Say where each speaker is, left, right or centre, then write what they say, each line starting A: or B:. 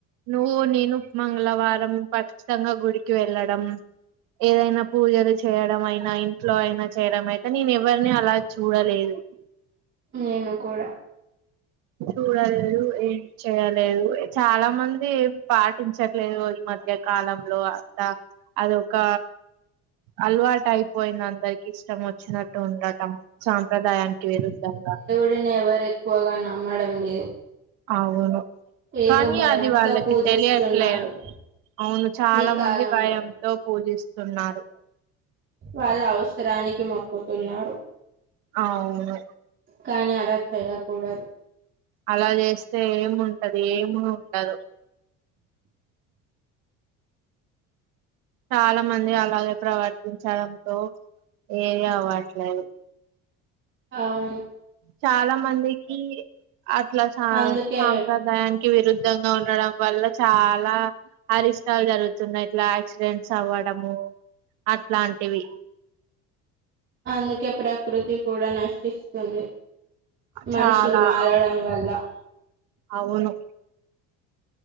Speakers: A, on the right; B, on the right.
A: నువ్వు నేను మంగళవారం ఖచ్చితంగా గుడికి వెళ్ళడం ఏదైనా పూజలు చేయడం అయినా ఇంట్లో అయినా చేయడం అయితే నేను ఎవరిని అలా చూడలేదు
B: మ్మ్ నేను కూడా
A: చూడలేదు ఏం చేయలేదు చాలా మంది ఏం పాటించ ట్లేదు ఈ మధ్య కాలంలో అంత అదొక అలవాటు అయిపోయింది అందరికి ఇష్టం వచ్చినట్టు ఉండటం సాంప్రదాయానికి విరుద్ధంగా
B: డిని ఎవరు ఎక్కువగా నమ్మడం లేదు
A: అవును
B: ఏదో
A: కానీ
B: భయంతో
A: అది వాళ్ళకి
B: పూజిస్తున్నారు
A: తెలియట్లేదు అవును చాలా
B: ఈ కాలంలో
A: మంది భయంతో పూజిస్తున్నారు
B: వాళ్ళు అవసరానికి మొక్కుతున్నారు
A: అవును
B: కానీ అలా చేయ్యకూడదు
A: అలా చేస్తే ఏముంటది ఏమి ఉండదు చాలా మంది అలాగే ప్రవర్తించడంతో ఏది అవ్వట్లేదు
B: అవును
A: చాలా మందికి అట్లా సా
B: అందుకే
A: సాంప్రదాయాని కి విరుద్ధంగా ఉండడం వల్ల చాలా అరిష్టాలు జరుగుతున్నాయి ఇట్లా యాక్సిడెంట్స్ అవ్వడము అట్లాంటివి
B: అందుకే ప్రకృతి కూడా నశిస్తుంది మనుషులు
A: చాలా
B: మారడం
A: అవును
B: వల్ల
A: అవును